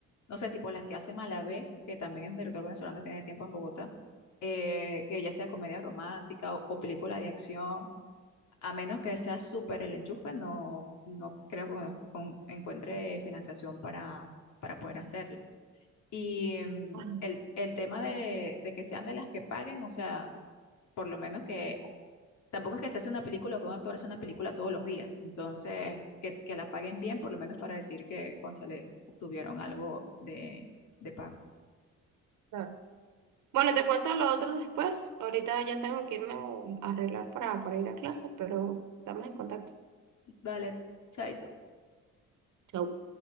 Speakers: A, on the left (about 70°); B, on the right (about 80°).
A: no sé, tipo las que hace Malabé, que también es un director venezolano, tiene tiempo en Bogotá, eh, que ya sea comedia romántica o o película de acción a menos que sea súper el enchufe, no, no creo que cono- con- encuentre financiación para, para poder hacerla. Y mm,
B: Ah,
A: el, el tema de, de que sean de las que paguen, o sea, por lo menos que tampoco es que se hace una película o que un actor hace una película todos los días. Entonces, que, que la paguen bien, por lo menos para decir que, cónchale, obtuvieron algo de, de pago.
B: claro. Bueno, te cuento lo otro después. Ahorita ya tengo que irme a arreglar para, para ir a clases, pero estamos en contacto.
A: Vale, chaito.
B: Chau.